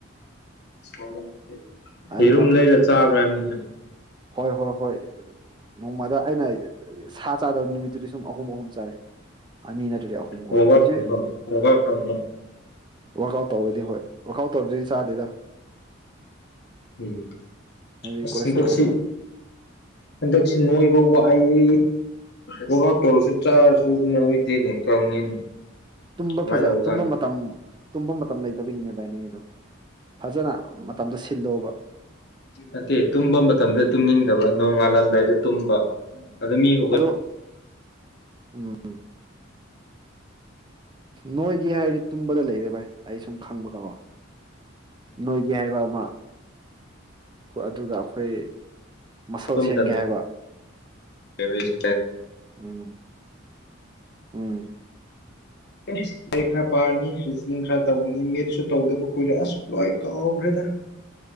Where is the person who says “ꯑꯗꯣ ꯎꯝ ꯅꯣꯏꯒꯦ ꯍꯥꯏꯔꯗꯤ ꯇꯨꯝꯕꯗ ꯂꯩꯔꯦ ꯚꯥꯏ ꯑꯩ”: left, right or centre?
Right